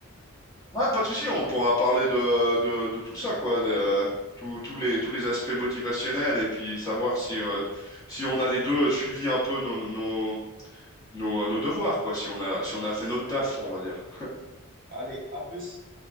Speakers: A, on the left; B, on the right.
A: Ouais, pas de souci, on pourra parler de de, de tout ça quoi, de tous tous les tous les aspects motivationnels et puis savoir si euh, si on a les deux suivi un peu nos nos nos, nos devoirs quoi, si on a si on a
B: Super.
A: fait notre taf, on va dire.
B: Allez, à plus.